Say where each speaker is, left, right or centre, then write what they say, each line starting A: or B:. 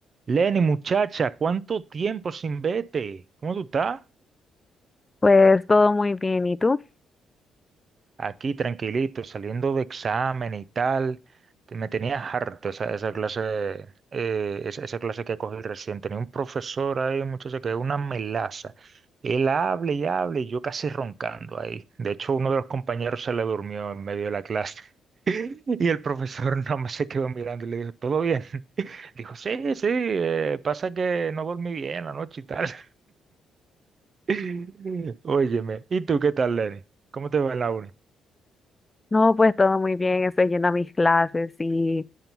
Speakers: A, on the right; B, on the left.
A: Lenny, muchacha, ¿cuánto tiempo sin vete? ¿Cómo tú estás?
B: Pues todo muy bien, ¿y tú?
A: Aquí tranquilito, saliendo de examen y tal. Te- Me tenía harto esa, esa clase, eh, esa, esa clase que cogí recién. Tenía un profesor ahí, muchacha, que es una melaza. Él habla y habla y yo casi roncando ahí. De hecho, uno de los compañeros se le durmió en medio de la clase. <laughs> Y el profesor <laughs> nada más se quedó mirando y le dijo, ¿todo bien? <laughs> Dijo, sí, sí, eh, pasa que no dormí bien la noche y tal. <laughs> Óyeme, ¿y tú qué tal, Lenny? ¿Cómo te va en la uni?
B: No, pues todo muy bien, estoy yendo a mis clases y